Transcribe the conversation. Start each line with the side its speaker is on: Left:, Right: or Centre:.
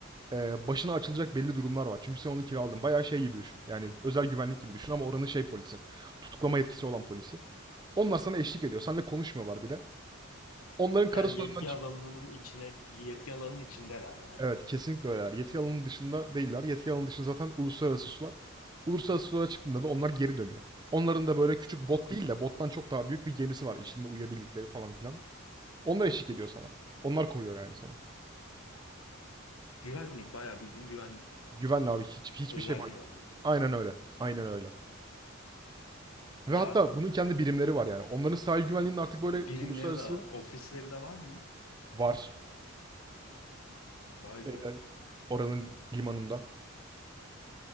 Right: e, başına açılacak belli durumlar var. Çünkü sen onu kiraladın. Bayağı şey gibi düşün. Yani özel güvenlik gibi düşün ama oranın şey polisi. Tutuklama yetkisi olan polisi. Onlar sana eşlik ediyor. Seninle konuşmuyorlar bile. Onların kara
Left: Yani
Right: sularından
Left: yetki
Right: çık.
Left: alanının içine, yetki alanının içindeler yani.
Right: Evet, kesinlikle öyleler. Yetki alanının dışında değiller. Yetki alanının dışında zaten uluslararası sular. Uluslararası sulara çıktığında da onlar geri dönüyor. Onların da böyle küçük bot değil de bottan çok daha büyük bir gemisi var İçinde uyuyabildikleri falan filan. Onlar eşlik ediyor sana. Onlar koruyor yani seni.
Left: Güvenlik bayağı bildiğin güvenlikler yani.
Right: Güvenli abi hiç, hiçbir
Left: Özel
Right: şey bak.
Left: güvenlik.
Right: Aynen öyle. Aynen öyle.
Left: Yani
Right: Ve hatta bunun kendi birimleri var yani. Onların sahil güvenliğinin artık böyle
Left: birimleri
Right: uluslararası
Left: de var, ofisleri de var mı?
Right: var
Left: Vay
Right: şeyde
Left: be.
Right: oranın limanında.